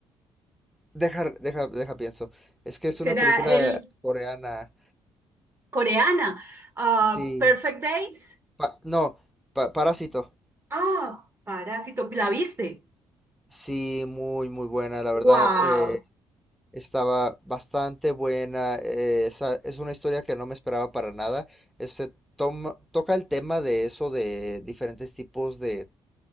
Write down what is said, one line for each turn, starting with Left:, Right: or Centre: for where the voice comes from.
Centre: deja, deja, deja pienso. Es que es una
Right: Será
Centre: película
Right: el
Centre: coreana.
Right: coreana. Ah,
Centre: Sí,
Right: Perfect Days.
Centre: pa- no, pa- Parásito.
Right: Ah, Parásito. ¿La viste?
Centre: Sí, muy, muy buena, la verdad.
Right: ¡Wow!
Centre: eh, Estaba bastante buena. eh, esa- es una historia que no me esperaba para nada. Este toma- toca el tema de eso, de diferentes tipos de